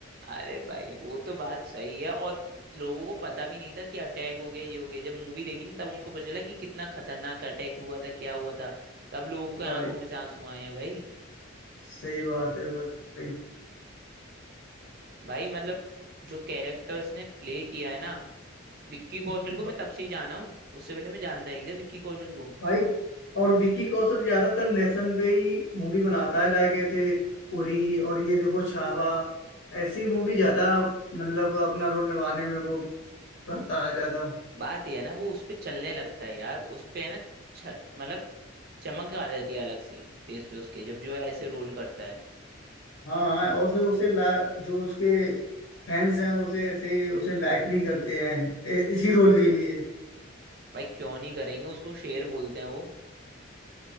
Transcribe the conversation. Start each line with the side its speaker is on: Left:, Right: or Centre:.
Right: अरे भाई वो तो बात सही है और लोगों को पता भी नहीं था कि अटैक हो गया ये हो गया जब मूवी देखी ना तब उनको पता चला कि कितना खतरनाक अटैक हुआ था क्या हुआ था तब लोगों के आंखों
Left: भाई
Right: में से आंसू आए हैं भाई
Left: सही बात है भाई
Right: भाई मतलब जो कैरेक्टर्स ने प्ले किया है ना विक्की
Left: <clears throat>
Right: कौशल को मैं तब से ही जाना हूँ उससे पहले मैं जानता नहीं था विक्की कौशल को
Left: भाई और विक्की कौशल ज्यादातर नेशन पे ही मूवी बनाता है लाइक ऐसे उरी और ये देखो छावा ऐसी मूवी ज्यादा मतलब अपना रोल निभाने में वो करता है ज्यादा
Right: बात ये है ना वो उस पे चलने लगता है यार उस पे है ना छ- मतलब चमक आ जाती है अलग सी फेस पे उसके जब जो है ऐसे रोल करता है
Left: हाँ और फिर उसे ला, जो उसके फैंस हैं उसे ऐसे ही उसे लाइक भी करते हैं ए, इसी रोल के लिए <laughs>
Right: भाई क्यों नहीं करेंगे उसको शेर बोलते हैं वो